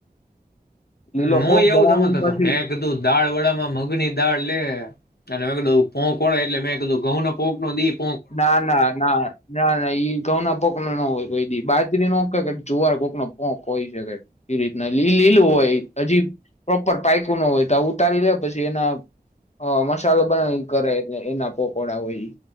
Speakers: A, on the left; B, on the left.
A: લીલો
B: નું
A: પોક દળાવીને
B: એવું હમજતાતા
A: પછી
B: મેં કીધું દાળ વડામાં મગની દાળ લે. અને મેં કીધું પોંક એટલે મેં કીધું ઘઉ પોંક નો દીપ
A: ના ના ના ના ના ઈ. ઘઉ ના પોક ના હોય બાજરી ન જુવાર કોક ન પોક હોય છેકે એ રીતના લી લીલું હોય હજી પ્રોપર પાયકું ન હોય તો ઉતારી લે પછી એના અ મસાલો બનાવી કરે એના પકોડા હોય ઈ.